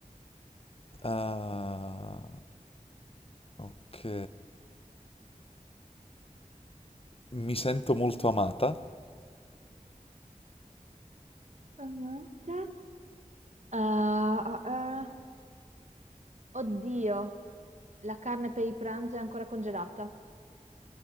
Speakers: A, on the left; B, on the right.
A: Ah, ok, mi sento molto amata.
B: Amata. Ah, ah, ah. Oddio, la carne per il pranzo è ancora congelata.